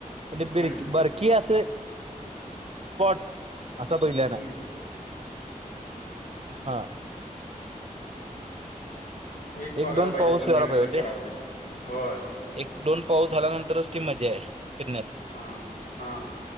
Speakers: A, on the right; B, on the left.
A: पण ते
B: हम्म
A: बर बर्की अस स्पॉट असा बघितल्याला
B: हम्म
A: नाही हा.
B: एक बघायला
A: दोन
B: पाहिजे
A: पाऊस
B: आपलं
A: व्हायला
B: निरिक्षण
A: पाहिजे होते
B: करायला पाहिजे होय.
A: एक दोन पाऊस झाल्यानंतरच ती मजा आहे फिरण्यात.
B: हा हा.